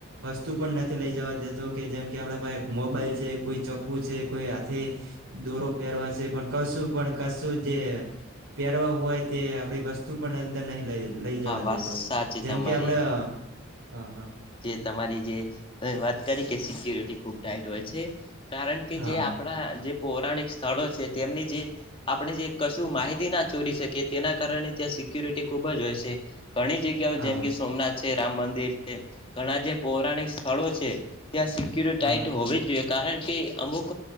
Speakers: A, on the right (about 85°); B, on the left (about 25°).
A: વસ્તુ પણ નથી લઈ જવા દેતો કે જેમ કે આપડા પાહે મોબાઈલ છે કોઈ ચક્કું છે કોઈ હાથે દોરો પહેરવા છે પણ કશું પણ કશું જે પહેરવા હોય તે આપડી વસ્તુ પણ અંદર નહી લઈ લઈ જવા
B: હા વાત
A: દે તો
B: સાચી
A: જેમ
B: તમારી
A: કે આપડે હા હા
B: જે તમારી જે તમે વાત કરી કે સિક્યોરિટી ખુબ ટાઈટ હોય છે કારણ કે
A: હા
B: જે આપણા જે પૌરાણિક સ્થળો છે તેમની જે આપણે જે કશું માહિતી ના ચોરી શકીએ તેના કારણે ત્યાં સિક્યોરિટી ખુબ જ હોય છે. ઘણી જગ્યાઓ
A: હા
B: જેમ
A: હા
B: કે સોમનાથ છે રામ મંદિર છે ઘણા જે પૌરાણિક સ્થળો છે. ત્યાં સિક્યુર ટાઈટ
A: હા હા
B: હોવી જ જોઈએ કારણ કે અમુક